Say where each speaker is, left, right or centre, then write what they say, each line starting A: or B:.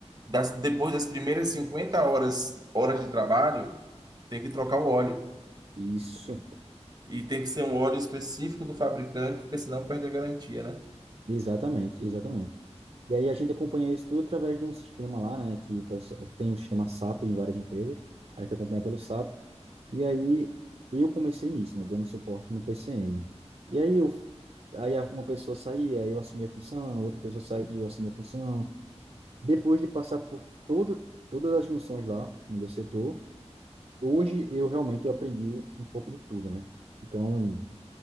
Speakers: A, on the right (about 35°); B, on the right (about 55°).
A: das- depois das primeiras 50 horas, horas de trabalho, tem que trocar o óleo.
B: Isso,
A: E tem que ser um óleo específico do fabricante, porque senão perde a garantia, né?
B: Exatamente, exatamente. E aí a gente acompanha isso tudo através de um sistema lá, né, que o pessoal- tem um sistema SAP em várias empresas, a gente acompanha pelo SAP, e aí eu comecei nisso, né, dando suporte no PCM. E aí eu, aí a- uma pessoa saía, eu assumia a função, outra pessoa saía, e eu assumia a função. Depois de passar por toda, todas as funções lá no meu setor, hoje eu realmente eu aprendi um pouco de tudo, né? Então,